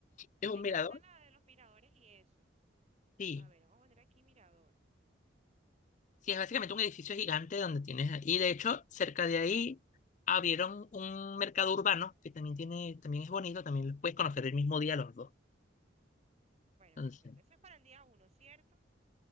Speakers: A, on the left; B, on the right.
A: ¿Es un
B: Me encanta
A: mirador?
B: la de los miradores y eso.
A: Sí.
B: A ver, vamos a poner aquí mirador.
A: Sí, es básicamente un edificio gigante donde tienes, y de hecho, cerca de ahí abrieron un mercado urbano que también tiene, también es bonito, también los puedes conocer el mismo día los dos.
B: Bueno,
A: Entonces,
B: perfecto. Eso es para el día uno, ¿cierto?